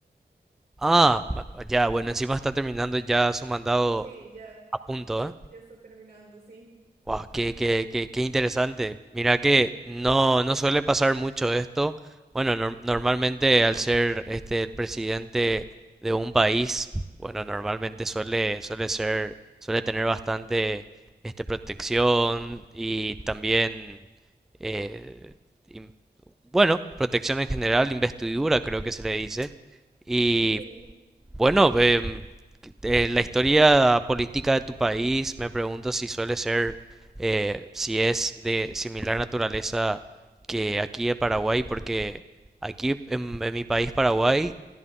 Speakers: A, in the centre; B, on the right.
A: Ah, ma- ya, bueno, encima está terminando ya su mandado
B: sí, ya,
A: a punto, ¿eh?
B: ya está terminando, sí,
A: Wow, qué, qué, qué, qué interesante. Mira que no, no suele pasar mucho esto. Bueno, nor- normalmente al ser este el presidente de un país, bueno, normalmente suele, suele ser, suele tener bastante este protección y también eh, im- bueno, protección en general, investidura creo que se le dice. Y
B: sí.
A: bueno, em, eh, la historia política de tu país, me pregunto si suele ser, eh, si es de similar naturaleza que aquí en Paraguay, porque aquí en, en mi país, Paraguay,